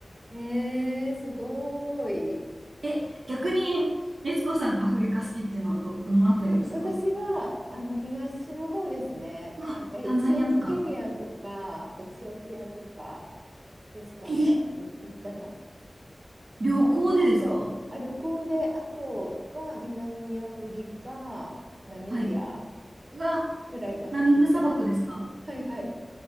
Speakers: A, on the right (about 55°); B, on the right (about 85°).
A: えー、すごーい。
B: え、逆に、律子さん、アフリカ好きっていうのはど、どのあたりですか
A: わ私はあの東の方ですね。
B: うわ、
A: なんかえエチオ、
B: タンザニアとか。
A: ケニアとかエチオピアとかですかね、
B: え
A: い行ったの。
B: 旅行でですか
A: あと、あ、旅行で、あとは南アフリカ、ナミビア
B: はい。うわ、
A: ぐらいかな、
B: ナミブ砂漠ですか
A: 行ったの。はいはい。